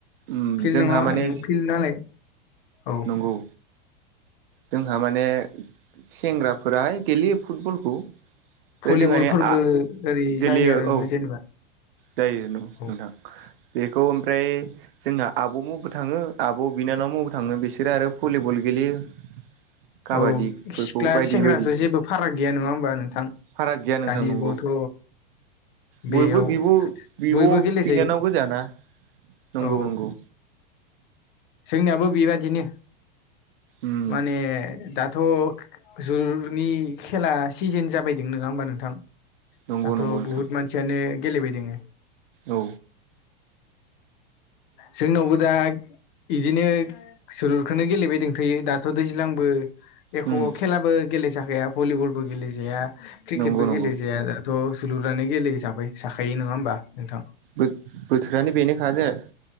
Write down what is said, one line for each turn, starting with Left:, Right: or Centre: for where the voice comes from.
Right: उम
Left: फिल्ड
Right: जोंहा
Left: नङा
Right: माने
Left: फिल्ड नालाय औ
Right: नंगौ जोंहा माने सेंग्राफोराहाय गेलेयो फुटबलखौ। बे
Left: भलिबलफोरबो
Right: जोंहानि आ-गेलेयो
Left: ओरै जायो आरो
Right: औ
Left: जेनेबा
Right: जायो न' नोंथां।
Left: औ
Right: बेखौ ओमफ्राय जोंना आब' मुबो थाङो आब' बिनानाव मुबो थाङो बिसोरो आरो भलिबल गेलेयो। काबादिफोरखौ
Left: औ सिख्ला
Right: बायदि
Left: सेंग्राथ'
Right: बायदि
Left: जेबो फाराग गैया नङा होमबा नोंथां।
Right: फाराग गैया नोंथां
Left: दानि
Right: नंगौ
Left: जुगावथ'
Right: बयबो
Left: बेयाव
Right: बिब' बिब'
Left: बयबो गेलेजायो
Right: बिनानाव गोजाना नंगौ
Left: औ।
Right: नंगौ
Left: जोंनियाबो बेबादिनो
Right: उम
Left: माने दाथ' जुरनि खेला सिजेन जाबायदों नोङा होमबा नोंथां
Right: नंगौ
Left: दाथ'
Right: नंगौ नोंथां
Left: बुहुत मान सियानो गेलेबाय दोङो।
Right: औ
Left: जोंनावबो दा इदिनो जोलुरखोनो गेलेबाय दोंंथ'यो दाथ' दैज्लांबो एख'
Right: उम
Left: खेलाबो गेलेेजाखाया भलिबलबो गेलेजाया क्रिकेट
Right: नंगौ
Left: बो
Right: नंगौ
Left: गेलेजाया दाथ' जोलुरानो गेले जाबाय जाखायो नङा होमबा नोंथां?
Right: बो-बोथोरानो बेनोखाजे